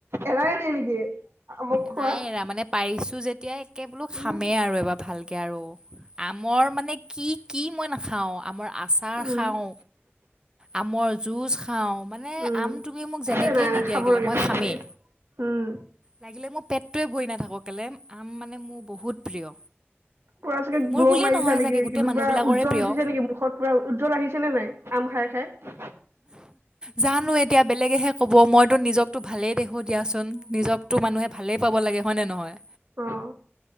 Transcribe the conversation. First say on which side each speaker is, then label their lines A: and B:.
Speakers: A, on the right; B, on the right.
A: এৰাই নাই নেকি? আমক
B: নাই
A: খোৱা
B: এৰা, মানে পাৰিছোঁ যেতিয়া একে বোলো খামেই
A: উম,
B: আৰু এবাৰ ভালকে আৰু। আমৰ মানে কি, কি মই নাখাওঁ। আমৰ আচাৰ
A: উম,
B: খাওঁ, আমৰ জুচ খাওঁ। মানে
A: উম,
B: আম তুমি মোক যেনেকেই
A: এ নাই নাই
B: নিদিয়া
A: খাব
B: কেলে
A: লাগে
B: মই
A: খাব
B: খামেই।
A: লাগে। উম,
B: লাগিলে মোৰ পেটতোৱে ভৰি নাথাকক কেলে আম মানে মোৰ বহুত প্ৰিয়।
A: পুৰা চাগে
B: মোৰ
A: গ্ল'
B: বুলিয়ে
A: মাৰিছা
B: নহয়
A: নেকি?
B: চাগে গোটেই মানুহবিলাকৰে
A: বা উজ্জ্বল
B: প্ৰিয়।
A: উঠিছে নেকি মুখত পুৰা উজ্জ্বল আহিছে নে নাই? আম খাই, খাই? <unintelligible>
B: জানো এতিয়া, বেলেগেহে ক'ব। মইতো নিজক টো, ভালেই দেখোঁ দিয়াচোন, নিজকতো মানুহে ভালে পাব লাগে হয়, নে নহয়?
A: অ',